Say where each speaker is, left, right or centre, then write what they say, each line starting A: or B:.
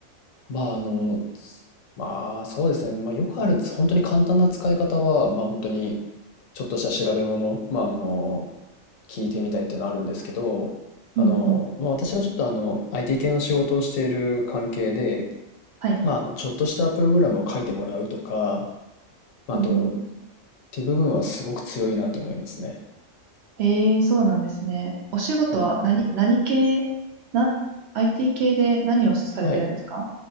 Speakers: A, on the left; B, on the right.
A: まああの、つまあそうですね。まあよくあるつ本当に簡単な使い方は、まあ本当にちょっとした調べ物、まああの、聞いてみたりっていうのはあるんですけど、あの、
B: うんうん。
A: まあ私がちょっとあの、IT 系の仕事をしている関係で、
B: はい。
A: まああの、ちょっとしたプログラムを書いてもらうとか、まああと、
B: えー、
A: っていう部分はすごく強いなと思いますね。
B: えーそうなんですね。お仕事は何、
A: うん。
B: 何系、な、IT 系で何をされてるんですか
A: はい。